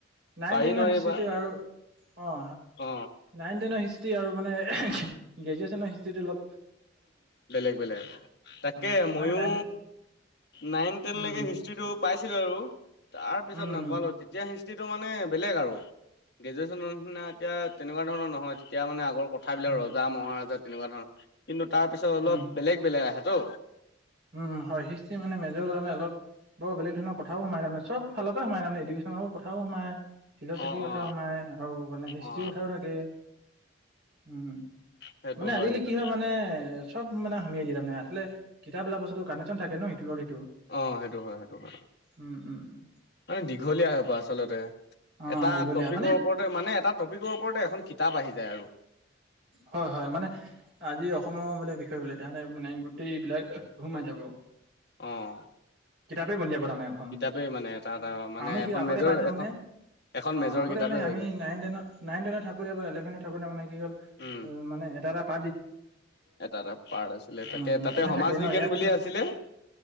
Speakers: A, on the right; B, on the left.
A: নাইন
B: পাৰি
A: টেনৰ
B: নোৱাৰি
A: হিষ্ট্ৰী
B: বা
A: আৰু অ
B: অ
A: নাইন টেনৰিষ্ট মানে গ্ৰেজে হষ্টটো অল
B: বেলেগ বেলেগ তাকে
A: উম ইমানে
B: মইও
A: নাইন
B: নাইন টেন
A: উম
B: লে হিষ্ট্ৰি টো পাইছিলো আৰু তাৰ পিছত
A: উম উম
B: নাপালো তেতিয়া হিষ্ট্ৰী টো মানে বেলেগ আৰু গ্ৰেজুৱেচন নিচিনা এতিয়া তেনেকুৱা ধৰণৰ নহয় তেতিয়া মানে আকৌ কথাবিলাক
A: উম
B: ৰজা মহাৰজা তেনেকুৱা ধৰণৰ কিন্তু তাৰ পিছত অলপ
A: উম,
B: বেলেগ বেলেগ আহে তো
A: উম, হয় হিষ্ট্ৰী মানে মেজৰ ল'লে মানে অলপ বৰ বেলেগ ধৰণৰ কথাও সোমাই তামে চব ফালৰ পৰা সোমাই তাৰান এডুক্যনৰ কথাও সোমাই ফিলচফিৰ
B: অ
A: কথাও
B: অ
A: সোমাই আৰু মানে হিষ্ট্ৰীৰ
B: অ
A: কথাও থাকে। উম
B: সেইটো
A: মানে আজিলালি
B: সেইটো
A: কি হয় মানে চব মানে সুমিয়াই তাৰে আঁচলতে কিতাপ বোলা বস্তু কানেককচন থাকে ন সটো
B: অ সেইটো হয় সেইটো হয়
A: উম, উম, উম।
B: মানে দীঘলীয়া হৈ প আচলতে
A: অ'
B: এটা
A: দীঘলীয়া
B: টপিকৰ
A: মানে
B: ওপৰতে মানে এটা টপিকৰ ওপৰতে এখন কিতাপ আহি যায় আৰু।
A: হয় হয় মানে আজি অসমৰ বোলে বিষয় বলে তোহলে মানে গোটেই বিলাক সোমাই থাব
B: অঁ
A: কিতাপে উলিয়াব তাৰ মানে এখন
B: কিতাপেই মানে এটা এটা মানে
A: আমি কি
B: এখন
A: আগতে
B: মেজৰ
A: পাইছিলো
B: এখন
A: মানে
B: এখন
A: অ
B: মেজৰ
A: আগতে
B: কিতাপে
A: মানে
B: হৈ
A: আমি
B: যায়।
A: নাইন টেইন নাইন টনত থাকোঁ ইলেভেনত থাকোতে মানে কি হ'ল
B: উম
A: মানে এটা এটা প
B: এটা এটা পাৰ্ট আছিলে তাকে
A: অ' লেচনে
B: তাতে সমাজ
A: থাকে ন
B: বিজ্ঞান
A: ইয়াত
B: বুলিয়ে
A: অ'
B: আছিলে